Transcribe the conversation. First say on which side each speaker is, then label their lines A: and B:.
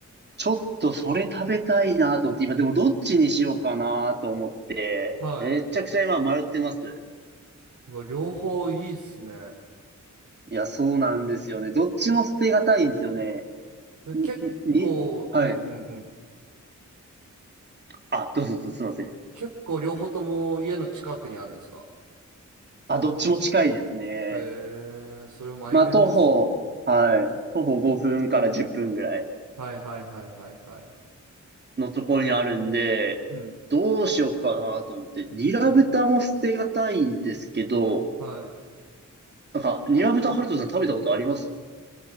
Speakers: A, on the right (about 35°); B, on the right (about 70°).
A: ちょっとそれ食べたいなと思って、今でもどっちにしようかなと思って、
B: はい。
A: めちゃくちゃ今迷ってます。
B: うわ、両方いいっすね。
A: いや、そうなんですよね。どっちも捨てがたいんですよね。
B: え、
A: に、
B: 結構、
A: に、はい。
B: うんうんうん。
A: あ、どうぞどうぞ、すいません。
B: 結構両方とも家の近くにあるんですか
A: あ、どっちも近いですね。
B: へえ、それ迷いますね。
A: まあ、徒歩、はい。徒歩5分から10分ぐらい
B: はいはいはいはいはい。
A: のところにあるんで、
B: うん。
A: どうしようかなと思って、ニラ豚も捨てがたいんですけど、
B: は
A: なんか、ニラ豚、ハルトさん食べたことあります